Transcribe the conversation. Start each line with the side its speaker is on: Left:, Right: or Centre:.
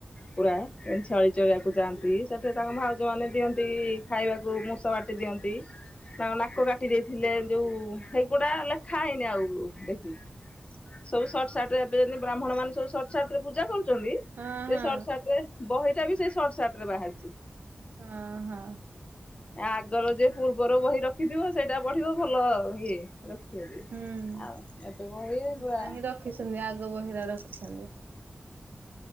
Left: ପୁରା ଛେଳି ଚରେଇବାକୁ ଯାଆନ୍ତି ସେଥିରେ ତାଙ୍କ ଭାଉଜ ମାନେ ଦିଅନ୍ତି ଖାଇବାକୁ ମୂଷ ତ ଟି ଦିଅନ୍ତି। ତାଙ୍କ ନାକ କାଟି ଦେଇଥିଲେ ଯୋଉ ହେଇଗୁଡା ଲେଖା ହେଇନି ଆଉ ବେଶି। ସବୁ ସଟସାଟରେ ଏବେ ଜେମତି ବ୍ରହ୍ମଣ ମାନ ସବୁ ସଟସାଟ୍ ରେ ପୂଜା କରୁଛନ୍ତି
Right: ହଁ
Left: ସେ
Right: ହଁ
Left: ସଟସାଟରେ ବହି ଟା ବି ସେ ସର୍ଟାର୍ଟ ରେ ବାହାରିଛି।
Right: ଅ ହଁ।
Left: ଆଗର ଯିଏ ପୂର୍ବର ବହି ରଖିଥିବ ସେଇଟା ପଢିବ ଭଲ ଇଏ ଆଉ
Right: ହୁଁ
Left: ଏବେ ବହି ପୁରା
Right: ନାହିଁ ରଖିଛନ୍ତି ଆଗ ବହିରା ରଖିଛନ୍ତି।